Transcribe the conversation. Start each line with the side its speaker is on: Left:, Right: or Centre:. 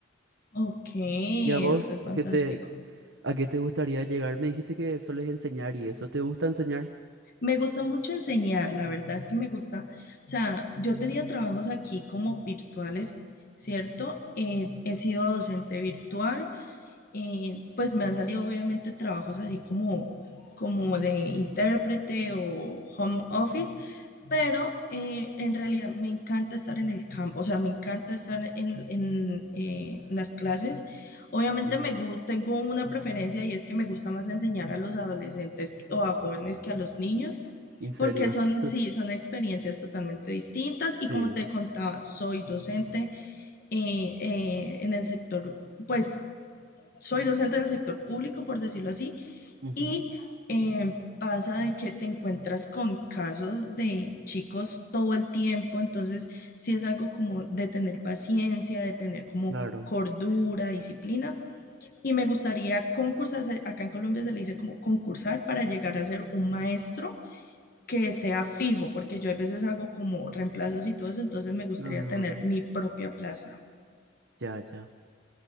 Left: Ok, eso
Right: ¿Y a vos
Left: es fantástico.
Right: qué te, a qué te gustaría llegar? Me dijiste que sueles enseñar y eso, ¿te gusta enseñar?
Left: Me gusta mucho enseñar, la verdad es que me gusta, o sea, yo tenía trabajos aquí como virtuales, ¿cierto? Eh,
Right: Ujú,
Left: he sido docente virtual, eh, pues me han salido obviamente trabajos así como, como de intérprete o home office, pero eh, en realidad me encanta estar en el campo, o sea, me encanta estar en, en, eh, las clases. Obviamente
Right: ujú.
Left: me gu- tengo una preferencia y es que me gusta más enseñar a los adolescentes que- o a jóvenes que a los niños,
Right: ¿En serio?
Left: porque son,
Right: <laughs>
Left: sí, son experiencias totalmente distintas
Right: Sí.
Left: y como te contaba, soy docente eh, eh, en el sector, pues soy docente del sector público, por decirlo así,
Right: Ujú,
Left: y eh, pasa de que te encuentras con casos de chicos todo el tiempo, entonces sí es algo como de tener paciencia, de tener como
Right: Claro.
Left: cordura, disciplina. Y me gustaría concursar, eh, acá en Colombia se le dice como concursar para llegar a ser un maestro que sea fijo, porque yo a veces hago como reemplazos y todo eso, entonces me gustaría
Right: Mm,
Left: tener mi propia plaza.
Right: ya, ya.